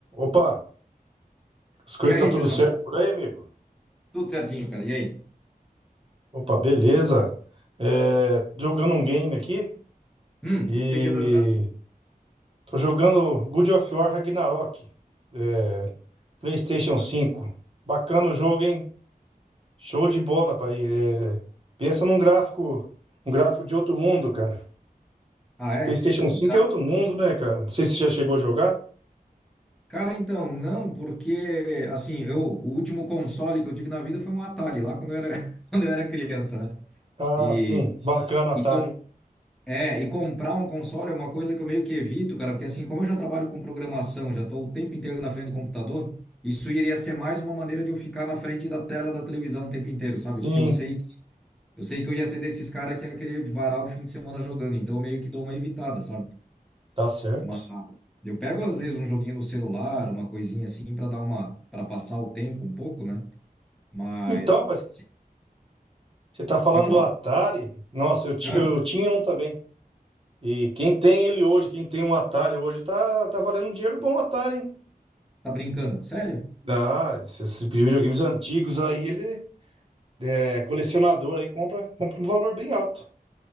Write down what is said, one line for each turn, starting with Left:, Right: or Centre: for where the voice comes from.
Right: Opa, as coisas
Centre: E aí,
Right: tá tudo
Centre: Pedrão?
Right: certo por aí, amigo?
Centre: Tudo certinho, cara. E aí?
Right: Opa, beleza. É, jogando um game aqui
Centre: Hum,
Right: e
Centre: o que que anda jogando?
Right: tô jogando Good of War Ragnarok, é, PlayStation cinco. Bacana o jogo, hein? Show de bola, pai. É, pensa num gráfico, um gráfico de outro mundo, cara.
Centre: Ah, é?
Right: PlayStation
Centre: Essa desgraça.
Right: cinco é outro mundo, né, cara? Não sei se você já chegou a jogar.
Centre: Cara, então, não, porque, assim, eu, o último console que eu tive na vida foi um Atari, lá quando eu era, <laughs> quando eu era criança, né?
Right: Ah,
Centre: E,
Right: sim, bacana,
Centre: e,
Right: Atari,
Centre: com,
Right: hein?
Centre: é, e comprar um console é uma coisa que eu meio que evito, cara, porque, assim, como eu já trabalho com programação, já estou o tempo inteiro na frente do computador, isso iria ser mais uma maneira de eu ficar na frente da tela da televisão o tempo inteiro, sabe?
Right: Sim,
Centre: Porque eu sei, eu sei que eu ia ser desses caras que ia querer varar o fim de semana jogando, então eu meio que dou uma evitada, sabe?
Right: tá certo.
Centre: Mas eu pego às vezes um joguinho no celular, uma coisinha assim para dar uma, para passar o tempo um pouco, né? Mas
Right: Então, pai,
Centre: assim,
Right: Você tá falando
Centre: pode falar.
Right: do Atari? Nossa, eu, ti-
Centre: Ah,
Right: eu tinha um também. E quem tem ele hoje, quem tem um Atari hoje, tá, tá valendo um dinheiro bom, o Atari, hein?
Centre: tá brincando? Sério?
Right: Ah, esses videogames antigos aí, ele é colecionador aí, compra, compra um valor bem alto.